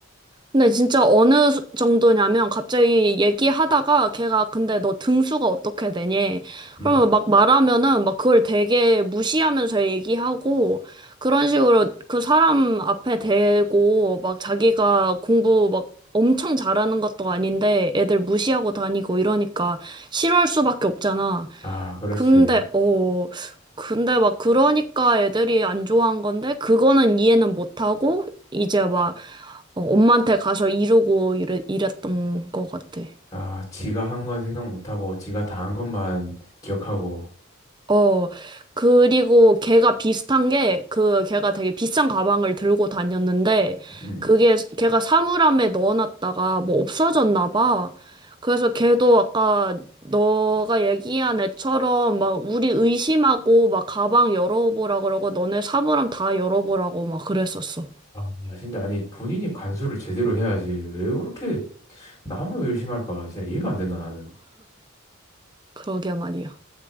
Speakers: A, on the right (about 20°); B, on the left (about 15°).
A: 근데 진짜 어느 수- 정도냐면 갑자기 얘기하다가 걔가 근데 너 등수가 어떻게 되니?
B: 음.
A: 그러면 막 말하면은 막 그걸 되게 무시하면서 얘기하고 그런 식으로 그 사람 앞에 대고 막 자기가 공부 막 엄청 잘하는 것도 아닌데 애들 무시하고 다니고 이러니까 싫어할 수밖에 없잖아.
B: 아, 그렇지.
A: 근데, 어, 근데 막 그러니까 애들이 안 좋아한 건데, 그거는 이해는 못하고, 이제 막 어, 엄마한테 가서 이러고 이랬, 이랬던 것 같아.
B: 아, 지가 한 건 생각 못하고 지가 다 한 것만 기억하고.
A: 어, 그리고 걔가 비슷한 게, 그, 걔가 되게 비싼 가방을 들고 다녔는데,
B: 음.
A: 그게, 걔가 사물함에 넣어놨다가 뭐 없어졌나 봐. 그래서 걔도 아까 너가 얘기한 애처럼 막 우리 의심하고 막 가방 열어보라 그러고 너네 사물함 다 열어보라고 막 그랬었어.
B: 아, 진짜 아니 본인이 간수를 제대로 해야지. 왜 그렇게 남을 의심할까? 진짜 이해가 안 된다 나는.
A: 그러게 말이야.